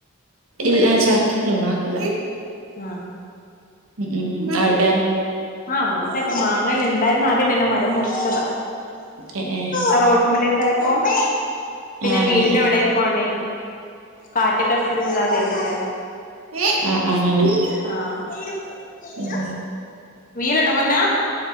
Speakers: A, on the right; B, on the left.
A: ഇല്ല ചക്കണ്ട് മാങ്ങില്ല.
B: ആഹ്
A: ഉം ഉം അവ്ടെ
B: ആഹ് ഇവിടച്ചക്ക മാങ്ങല്യ ണ്ടായിരുന്നു. ആദ്യണ്ടാര്ന്നു. മരം മുറിച്ചതാ.
A: ഏ ഏ
B: ആ റോ ട്ട്മലേക്കായപ്പോ പിന്നെ
A: ആ അങ്ങനെ
B: വീടിന്റെ അവിടേക്കും ആണ്. കാറ്റകടിച്ചാൽ ഇതാവും വിചാരിച്ചിട്ടേ
A: ആഹ് ആഹ് അങ്ങനെ
B: ആഹ്
A: ഉം
B: വീയല്ണ്ടോ പൊന്നാ